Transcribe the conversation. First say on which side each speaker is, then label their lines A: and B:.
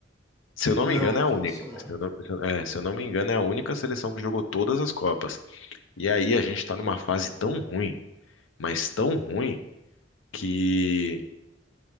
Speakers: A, on the left (about 85°); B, on the left (about 20°).
A: Se eu não
B: Não,
A: me engano,
B: não
A: é
B: tinha
A: a única.
B: noção, não.
A: Se eu não, se eu- é, se eu não me engano, é a única seleção que jogou todas as Copas. E aí a gente está numa fase tão ruim, mas tão ruim, que,